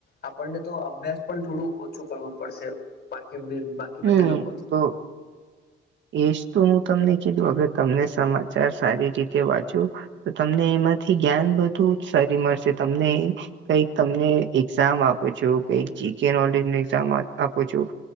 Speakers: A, on the left; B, on the right.
A: આપણને તો અભ્યાસ પણ થોડું ઓછું કરવું પડશે. બાકી બાકી
B: હમ
A: બધા લોકો
B: તો એજ તો હું તમને કીધું અગર તમને સમાચાર સારી રીતે વાંચું તો તમને એમાંથી જ્ઞાન બધુ સારી મળશે તમને કઈક તમને એઝામ આપો છો કઈક જીકે નોલેજ એઝામ આપો છો-